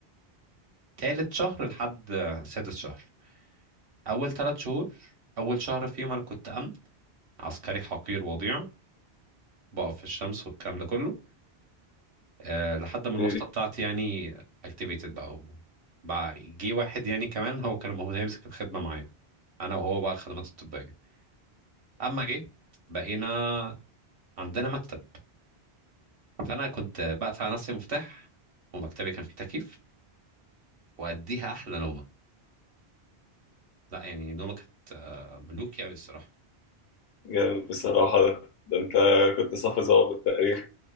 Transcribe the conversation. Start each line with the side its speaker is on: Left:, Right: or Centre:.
Right: تالت شهر لحد سادس شهر أول تلات شهور أول شهر فيهم أنا كنت أمن عسكري حقير وضيع بقف في الشمس والكلام ده كله آه، لحد ما الواسطة
Left: إيه.
Right: بتاعتي يعني activated بقى و- بقى جه واحد يعني كمان هو كان المفروض هيمسك الخدمة معايا أنا وهو بقى الخدمات الطبية أما جه بقينا عندنا مكتب فأنا كنت بقفل على نفسي مفتاح ومكتبي كان فيه تكييف وأديها أحلى نومة لا يعني نومة كانت آه، ملوكي أوي الصراحة
Left: جامد بصراحه ده ده انت كنت صف ظابط تقريبا